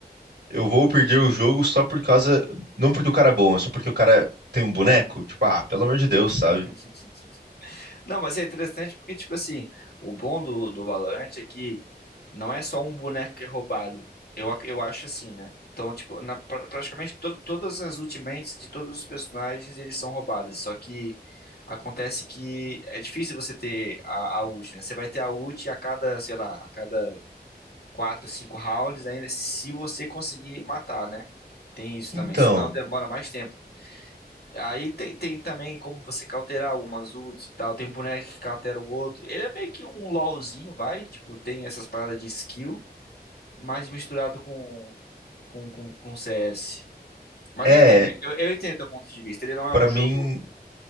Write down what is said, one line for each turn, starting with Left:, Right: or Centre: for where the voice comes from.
Right: eu vou perder o jogo só por causa, não porque o cara é bom, é só porque o cara tem um boneco, tipo, ah, pelo amor de Deus, sabe?
Left: <laughs> Não, mas é interessante porque, tipo assim, o bom do, do Valorant é que não é só um boneco que é roubado. Eu, ac- eu acho assim, né? Então, tipo, na- pra- praticamente to- todas as ultimates de todos os personagens, eles são roubadas. Só que acontece que é difícil você ter a, a ult, né? Você vai ter a ult a cada, sei lá, a cada 4 5 rounds, ainda se você conseguir matar, né? Tem isso
Right: Então,
Left: também. Senão demora mais tempo. Aí tem, tem também como você cauterar algumas ults e tal. Tem um boneco que cautera o outro. Ele é meio que um LOLzinho, vai. Tipo, tem essas paradas de skill, mas misturado com, com, com, com CS. Mas
Right: é,
Left: eu entendo, eu, eu entendo teu ponto de vista. Ele não é
Right: Pra
Left: um
Right: mim
Left: jogo.